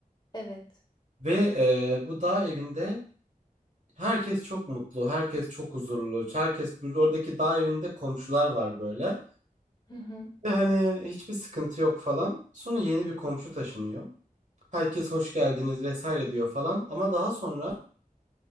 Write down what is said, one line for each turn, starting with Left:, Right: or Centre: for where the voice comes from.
Left: Evet.
Right: Ve e, bu dağ evinde herkes çok mutlu, herkes çok huzurlu, herkes oradaki dağ evinde komşular var böyle.
Left: Hı hı.
Right: Ve hani hiçbir sıkıntı yok falan. Sonra yeni bir komşu taşınıyor. Herkes hoş geldiniz vesaire diyor falan. Ama daha sonra